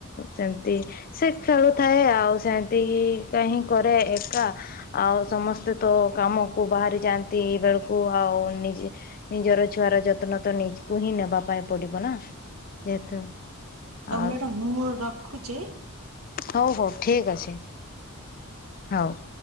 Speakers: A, on the left (about 40°); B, on the right (about 80°).
A: ସେମିତି ସେ ଖେଳୁଥାଏ ଆଉ ସେମିତି କି କାହିଁ କରେ ଏକା ଆଉ ସମସ୍ତେ ତ କାମ କୁ ବାହାରି ଯାଆନ୍ତି ବେଳକୁ ଆଉ ନିଜେ ନିଜର ଛୁଆର ଯତ୍ନ ତ ନିଜକୁ ହିଁ ନେବା ପାଇଁ ପଡିବ ନା। ଯେହେତୁ
B: ହୋଉ
A: ଆଉ
B: ମ୍ୟାଡ଼ାମ ମୁଁ ରଖୁଚି।
A: ହଉ ହଉ ଠିକ୍ ଅଛି ହଉ।